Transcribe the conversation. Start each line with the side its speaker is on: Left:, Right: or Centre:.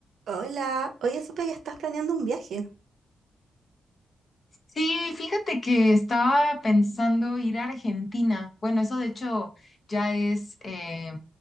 Right: Hola, oye, supe que estás planeando un viaje.
Left: Sí, fíjate que estaba pensando ir a Argentina. Bueno, eso de hecho ya es, eh,